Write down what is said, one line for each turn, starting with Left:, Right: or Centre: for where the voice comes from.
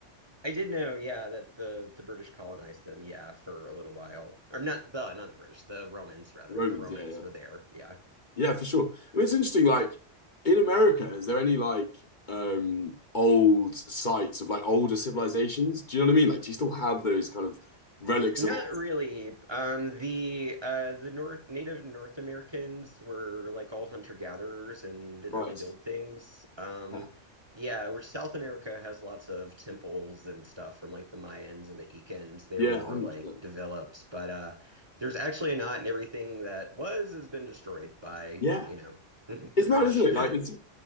Right: I did know, yeah, that the the British colonized them, yeah, for a little while. Or not the not the British, the Romans rather.
Left: Romans,
Right: The Romans
Left: yeah, yeah.
Right: were there, yeah.
Left: Yeah, for sure. I mean, it's interesting, like in America, is there any like um old sites of like older civilizations? Do you know what I mean? Like, do you still have those kind of relics
Right: Not
Left: of old
Right: really. Um, the uh, the North Native North Americans were like all hunter-gatherers and didn't
Left: sites?
Right: really build things. Um,
Left: Yeah.
Right: yeah, where South America has lots of temples and stuff from like the Mayans and the Incans. They
Left: Yeah,
Right: were more
Left: 100%.
Right: like developed, but uh, there's actually not, and everything that was has been destroyed by,
Left: Yeah.
Right: you know, <laughs> the
Left: It's
Right: British.
Left: mad, isn't it? Like it's